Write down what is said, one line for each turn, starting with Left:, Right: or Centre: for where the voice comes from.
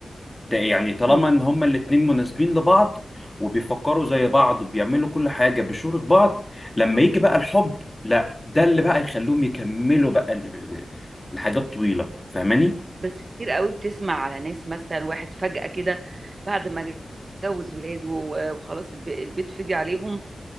Left: ده يعني طالما
Right: إمم.
Left: ان هما الاتنين مناسبين لبعض وبيفكروا زي بعض وبيعملوا كل حاجة بشورة بعض لما يجي بقى الحب لا ده اللي بقى يخلوهم يكملوا بقى ال- ال- الحاجات طويلة فاهماني؟
Right: بس كتير أوي بتسمع على ناس مثلًا واحد فجأة كده بعد ما جوّز ولاده و وخلاص الب البيت فِضِي عليهم،